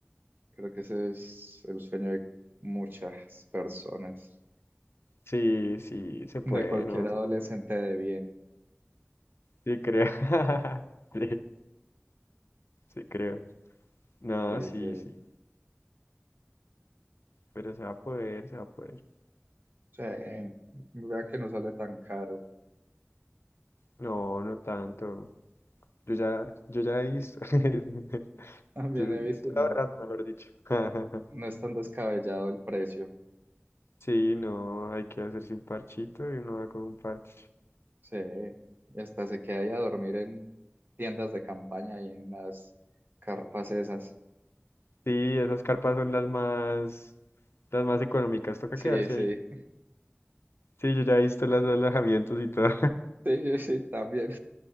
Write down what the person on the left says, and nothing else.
Sí, sí, se puede,
¿no? O
sea, pues,
Sí, creo. <laughs> Sí, sí, creo. No,
sí,
sí. Pero se va a poder, se va a poder.
No, no tanto. Yo ya, yo ya hice. <laughs>
Yo,
yo estoy
ahorrando, mejor dicho. <laughs>
Sí, no, hay que hacerse un parchito y uno va con un parche.
Sí, esas carpas son las más, las más económicas, toca
quedarse
ahí. Sí, yo ya he visto los alojamientos y todo.